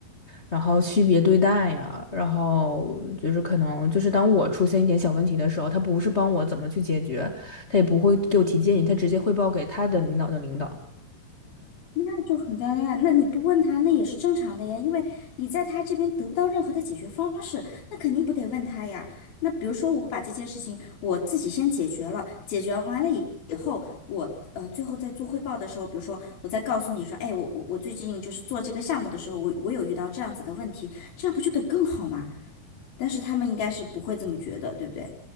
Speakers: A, on the left (about 45°); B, on the left (about 65°).
A: 然后区别对待呀，然后就是可能就是当我出现一点小问题的时候，他不是帮我怎么去解决，他也不会给我提建议，他直接汇报给他的领导的领导。
B: 那就很尴尬。那你不问他，那也是正常的呀，因为你在他这边得不到任何的解决方式，那肯定不得问他呀。那比如说，我把这件事情我自己先解决了，解决完了以以后，我呃最后在做汇报的时候，比如说我再告诉你说，哎，我我我最近就是做这个项目的时候，我我有遇到这样子的问题，这样不就得更好吗？但是他们应该是不会这么觉得，对不对？